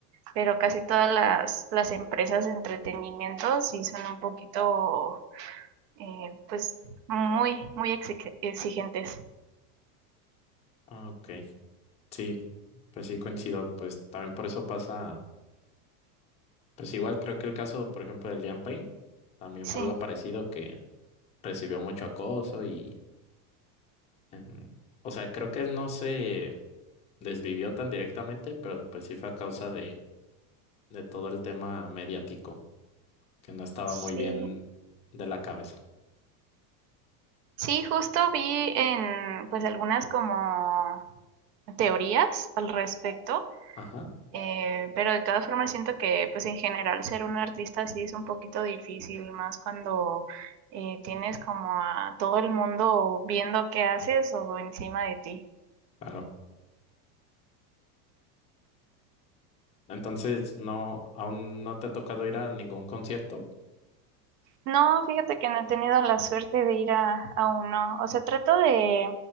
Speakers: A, on the right; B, on the left.
A: pero casi todas las, las empresas de entretenimiento sí son un poquito, eh, pues, muy, muy exige- exigentes.
B: Ah, ok. Sí, pues sí coincido. Pues también por eso pasa. Pues igual creo que el caso, por ejemplo, de Liam Payne también
A: Sí,
B: fue algo parecido que recibió mucho acoso y. em, o sea, creo que él no se desvivió tan directamente, pero pues sí fue a causa de de todo el tema mediático, que no estaba
A: Sí,
B: muy bien de la cabeza.
A: sí, justo vi en pues algunas como teorías al respecto,
B: Ajá,
A: eh, pero de todas formas siento que pues en general ser un artista sí es un poquito difícil, más cuando eh, tienes como a todo el mundo viendo qué haces o encima de ti.
B: claro. Entonces, no, aún no te ha tocado ir a ningún concierto.
A: No, fíjate que no he tenido la suerte de ir a, a uno. O sea, trato de,